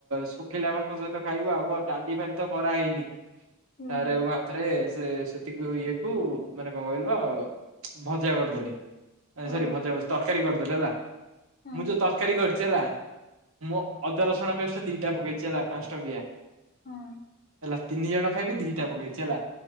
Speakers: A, on the right (about 70°); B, on the left (about 40°).
A: ଶୁଖିଲା ଭାତ ସହିତ ଖାଇବ ଆଉ କଣ ଡାଲି ଫାଲି ତ କରା ହେଇନି
B: ହୁଁ
A: ତରେ ଆଉ ଥରେ ସେ ତି ଇଏ କୁ ମାନେ କଣ କହିଲ ଭଜା କରିଦେଲି।
B: ହଁ
A: ସ ଭଜା ଭ ତରକାରୀ କରିଦେଲେ ହେଲା
B: ହଁ
A: ମୁଁ ଯୋଉ ତରକାରୀ କରିଦି ପଚ ହେଲା ମୋ ଅଦା
B: ହଁ
A: ରସୁଣ ପେଷ୍ଟ ଦିଟା ପକେଇଛି ହେଲା ପାଞ୍ଚ ଟଙ୍କିଆ
B: ହଁ
A: ହେଲା ତିନି ଜଣ ଖାଇବେ ଦିଟା ପକେଇଛି ହେଲା।